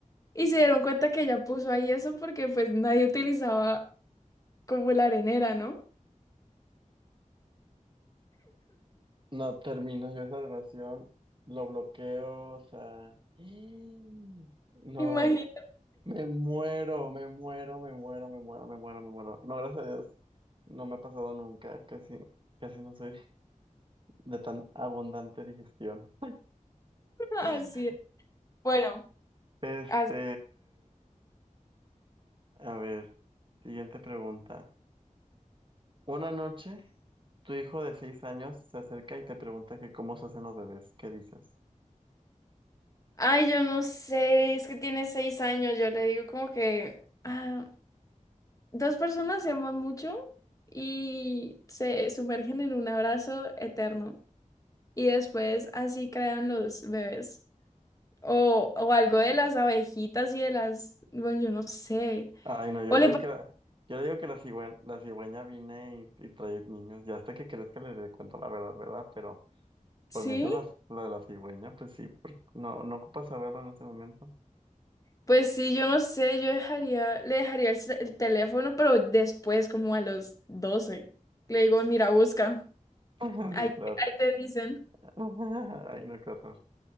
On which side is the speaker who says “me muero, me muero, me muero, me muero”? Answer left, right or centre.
Right